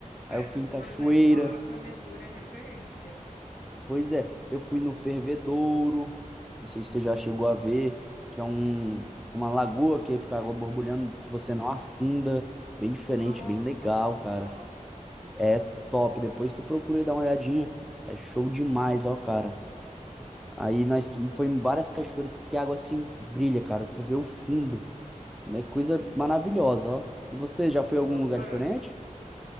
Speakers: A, on the left (about 85°); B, in the centre.
A: É,
B: aí eu fui
A: tanto
B: em
A: que,
B: cachoeira.
A: por exemplo, lá para mergulho é referência.
B: Pois é, eu fui no Fervedouro. Não sei se você já chegou a ver, que é um uma lagoa que fica água borbulhando, se você não afunda, bem diferente,
A: Nossa,
B: bem legal,
A: não sabia
B: cara.
A: não.
B: É top. Depois tu procura e dá uma olhadinha. É show demais, ó, cara. Aí nós tu- foi em várias cachoeiras que a água assim brilha, cara. Tu vê o fundo. É coisa maravilhosa, ó. E você
A: Nossa,
B: já foi a algum
A: bota
B: lugar
A: fé.
B: diferente?